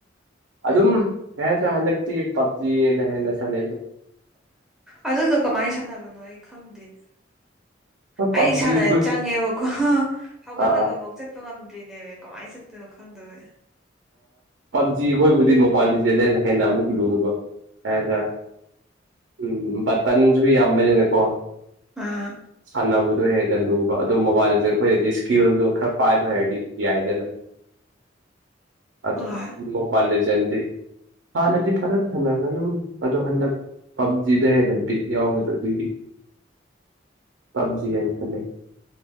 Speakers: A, on the right; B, in the centre.
A: ꯑꯗꯨꯝ ꯀꯩ ꯍꯥꯏꯇꯥꯔ‌ꯦ ꯍꯟꯗꯛ ꯇꯤ ꯄꯞꯖꯤꯅ ꯍ‌ꯦꯟꯅ ꯁꯟꯅꯩꯗ
B: ꯑꯗꯨꯗꯣ ꯀꯃꯥꯏꯅ ꯁꯥꯟꯅꯕꯅꯣ ꯑꯩ ꯈꯪꯗꯦꯅꯦ
A: ꯍꯣꯏ
B: ꯑꯩ
A: ꯄꯞꯖꯤ
B: ꯁꯥꯟꯅ
A: ꯍꯣꯏ
B: ꯆꯪꯉꯦꯕꯀꯣ ꯍꯥꯥ ꯍꯧꯒꯠꯂꯒꯐꯧ
A: ꯑꯥ
B: ꯆꯠꯄ ꯉꯝ ꯆꯠꯇ꯭ꯔꯤꯅꯦꯃ‌ꯦ ꯀꯃꯥꯏꯅ ꯆꯠꯇꯣꯏꯅꯣ ꯈꯪꯗꯕꯩ
A: ꯄꯞꯖꯤ ꯈꯣꯏꯕꯨꯗꯤ ꯃꯣꯕꯥꯏꯜ ꯁꯦꯅꯅ ꯍꯦꯟꯅ ꯑꯃꯨꯛ ꯂꯨꯕ ꯍꯥꯏꯇꯥꯔꯦ ꯎꯝ ꯕꯇꯟꯁꯨ ꯌꯥꯝꯕꯅꯤꯅꯀꯣ
B: ꯑꯥ
A: ꯁꯅꯕꯗꯨ ꯍꯦ ꯅꯜꯂꯨ ꯑꯗꯨ ꯃꯣꯕꯥꯏꯜꯗ ꯑꯩꯈꯣꯏꯗꯗꯤ ꯏꯁꯀꯤꯜꯗꯣ ꯈꯔ ꯄꯥꯏꯕ ꯍꯥꯏꯔꯗꯤ ꯌꯥꯏꯗꯅ ꯑꯗꯣ
B: ꯍꯣꯏ
A: ꯃꯣ ꯄꯜꯂꯤ ꯆꯟꯇꯗꯤ ꯍꯥꯟꯅꯗꯤ ꯐꯖꯅ ꯁꯥꯟꯅꯔꯒꯦ ꯑꯗꯨꯝ ꯑꯗꯣ ꯍꯟꯗꯛ ꯄꯞꯖꯤꯗ ꯍꯦꯟꯅ ꯕꯤꯠ ꯌꯥꯎꯕꯗꯣ ꯑꯗꯨꯒꯤ ꯄꯥꯟꯖꯤ ꯍꯦꯜ ꯈꯜꯂꯩ